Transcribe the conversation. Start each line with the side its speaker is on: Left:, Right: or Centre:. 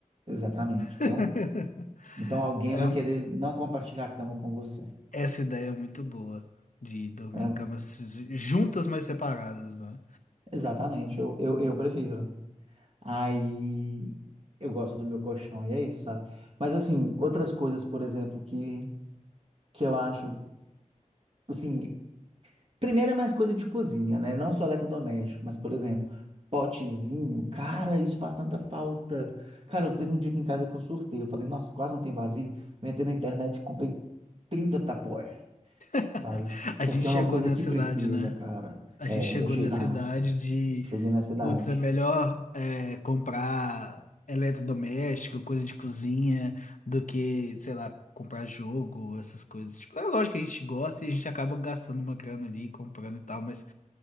Right: Exatamente. Então,
Left: <laughs>
Right: então alguém
Left: É
Right: vai
Left: um-
Right: querer não compartilhar a cama com você.
Left: essa ideia é muito boa. De dormir
Right: É,
Left: em camas juntas, mas separadas, né?
Right: exatamente, eu, eu, eu prefiro. Aí eu gosto do meu colchão, e é isso, sabe? Mas assim, outras coisas, por exemplo, que, que eu acho, assim, primeiro é mais coisa de cozinha, né? Não só eletrodoméstico, mas, por exemplo, potezinho, cara, isso faz tanta falta. Cara, eu teve um dia aqui em casa que eu surtei, eu falei, nossa, quase não tem vasilha. Eu entrei na internet, comprei 30 tapaué.
Left: <laughs>
Right: sabe?
Left: A
Right: Porque
Left: gente
Right: é
Left: chegou
Right: uma coisa
Left: nessa
Right: que precisa,
Left: idade, né?
Right: cara.
Left: a
Right: É,
Left: gente chegou
Right: eu cheguei,
Left: nessa
Right: ah,
Left: idade de,
Right: eu cheguei nessa idade.
Left: putz, é melhor é, comprar eletrodoméstico, coisa de cozinha, do que, sei lá, comprar jogo, essas coisas. Tipo, é lógico que a gente gosta e a gente acaba gastando uma grana ali, comprando e tal, mas